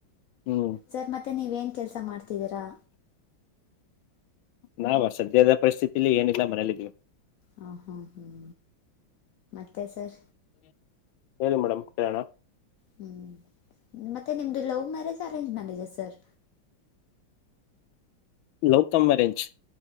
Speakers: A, on the left; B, on the left.
A: ಹ್ಮ್
B: ಸರ್ ಮತ್ತೆ ನೀವೇನ್ ಕೆಲ್ಸ ಮಾಡ್ತಿದ್ದೀರಾ
A: ನಾವ ಸದ್ಯದ ಪರಿಸ್ಥಿತಿಲಿ ಏನಿಲ್ಲ ಮನೇಲಿದ್ವಿ
B: ಹ ಹ್ಮ್ ಹ್ಮ್ ತ್ತ ಸರ್
A: ಹೇಳಿ ಮೇಡಮ್ ಕೇಳೋಣ
B: ಹ್ಮ ಮತ್ತೆ ನಿಮ್ದು love marriage arrange marriage sir
A: love come marriage